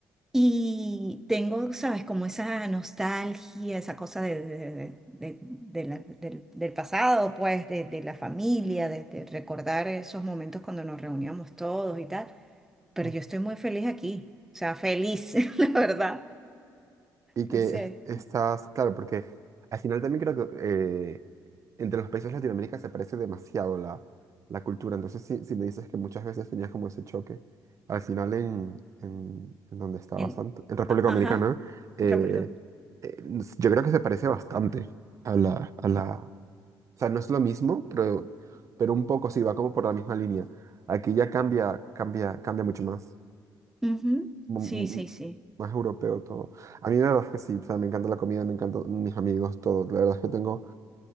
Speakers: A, in the centre; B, on the right.
A: Y tengo, sabes, como esa nostalgia, esa cosa de, de- de- de- la- del, del pasado, pues, de, de la familia, de, de recordar esos momentos cuando nos reuníamos todos y tal. Pero
B: ujú.
A: yo estoy muy feliz aquí, o sea, feliz, <laughs> la verdad.
B: Y que
A: No sé.
B: es- estás, claro, porque al final también creo que eh, entre los países de Latinoamérica se parece demasiado la, la cultura. Entonces, si, si me dices que muchas veces tenías como ese choque, al final en, en, en donde estabas
A: En,
B: antes, en República
A: a- ajá,
B: Dominicana, eh,
A: República Dominicana.
B: eh, s- yo creo que se parece bastante a la, a la... O sea, no es lo mismo, pero, pero un poco sí, va como por la misma línea. Aquí ya cambia, cambia, cambia mucho más
A: Ujú,
B: mm,
A: Sí, sí, sí.
B: más europeo todo. A mí la verdad es que sí, o sea, me encanta la comida, me encantan mis amigos, todo. La verdad es que tengo